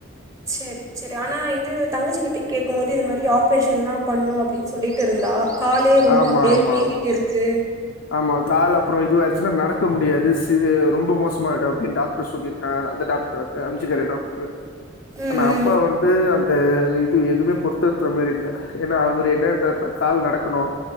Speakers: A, on the right; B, on the left.
A: சேரி சேரி ஆனா இது தங்கச்சி கிட்ட கேக்கும் போது இது மாரி ஆப்ரேஷன்ல்லா பண்ணு அப்டின் சொல்லிட்டு இருந்தா காலே ரொம்ப
B: ஆமா
A: அப்டியே
B: ஆமா
A: வீங்கிட்டு
B: ஆமா
A: இருக்கு
B: ஆமா கால் அப்புறோ இதுவாச்சுன்னா நடக்க முடியாது சிவி ரொம்ப மோசமாய்டு அப்படின் டாக்டர் சொல்லியிருக்கா அந்த டாக்டர் வந்து அமிஞ்சிக்கர டாக்டரு
A: ம்
B: ஆனா
A: ம்
B: அப்பா வந்து அந்த இது எதுவுமே பொறுத்த <unintelligible> மாரி இல்ல ஏனா அவரு என்னாட்டாருனா கால் நடக்கணு